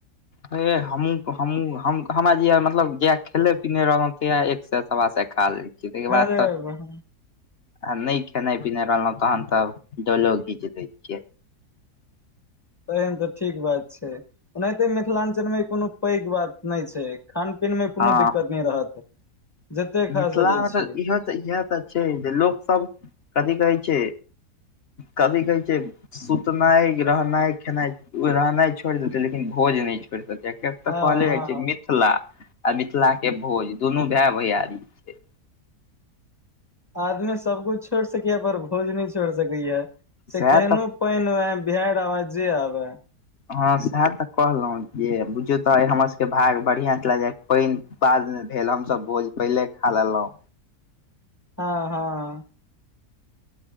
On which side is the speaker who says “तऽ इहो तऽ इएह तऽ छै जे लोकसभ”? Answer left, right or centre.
Left